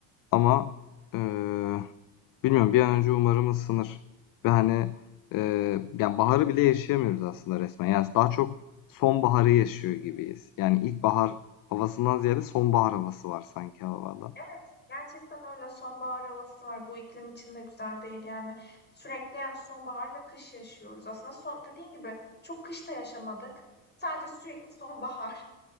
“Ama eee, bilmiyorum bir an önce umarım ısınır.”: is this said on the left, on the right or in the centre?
Left